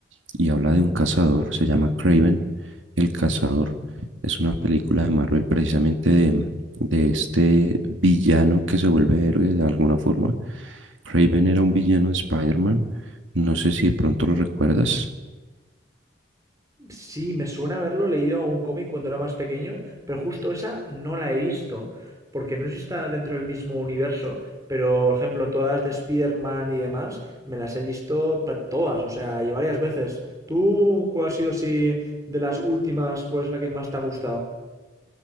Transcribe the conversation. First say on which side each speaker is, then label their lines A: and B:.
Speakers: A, on the right (about 85°); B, on the right (about 15°).
A: y habla de un cazador, se llama Kraven el Cazador. Es una película de Marvel precisamente de, de este villano que se vuelve héroe de alguna forma. Kraven era un villano de Spider-Man, no sé si de pronto lo recuerdas.
B: Sí, me suena haberlo leído a un cómic cuando era más pequeño, pero justo esa no la he visto, porque no sé si está dentro del mismo universo, pero por ejemplo, todas de Spider-Man y demás, me las he visto pra- todas, o sea, y varias veces. ¿Tú cuál ha sido así de las últimas, cuál es la que más te ha gustado?